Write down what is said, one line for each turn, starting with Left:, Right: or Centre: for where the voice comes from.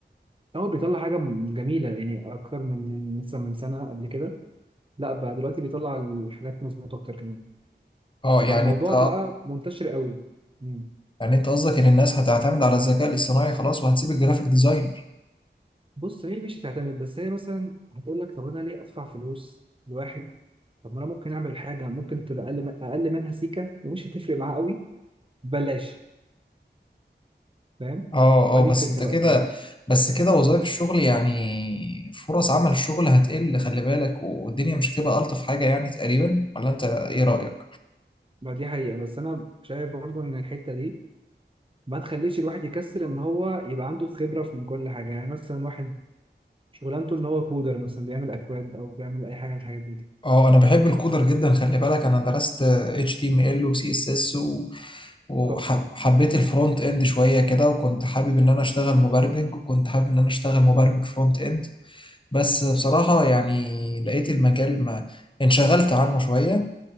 Right: هو بيطلع حاجة م- جميلة يعني أكتر من مثلا من سنة قبل كده لا بقى دلوقتي بيطلع الحاجات مظبوطة أكتر كمان
Left: اه يعني
Right: فالموضوع
Left: انت
Right: بقى منتشر قوي مم.
Left: يعني انت قصدك ان الناس هتعتمد على الذكاء الاصطناعي خلاص وهتسيب الجرافيك ديزاينر
Right: بص هي مش هتعتمد بس هي مثلا هتقول لك طب انا ليه ادفع فلوس لواحد طب ما انا ممكن اعمل حاجه ممكن تبقى اقل من اقل منها سيكه ومش هتفرق معاه قوي بلاش فاهم
Left: اه
Right: هذه
Left: اه بس
Right: الفكره
Left: انت كده
Right: بقى كلها
Left: بس كده وظائف الشغل يعني فرص عمل الشغل هتقل خلي بالك والدنيا مش هتبقى الطف حاجة يعني تقريبا ولا انت ايه رأيك
Right: ما دي حقيقه بس انا شايف برضو ان الحته دي ما تخليش الواحد يكسر ان هو يبقى عنده خبره في من كل حاجه يعني مثلا واحد شغلانته ان هو كودر مثلا بيعمل اكواد او بيعمل اي حاجه من الحاجات دي
Left: اه انا بحب الكودر جدا خلي بالك انا درست HTML و CSS و وحبيت
Right: تحفه
Left: الفرونت اند شوية كده وكنت حابب ان انا اشتغل مبرمج وكنت حابب ان انا اشتغل مبرمج فرونت اند بس بصراحة يعني لقيت المجال ما انشغلت عنه شوية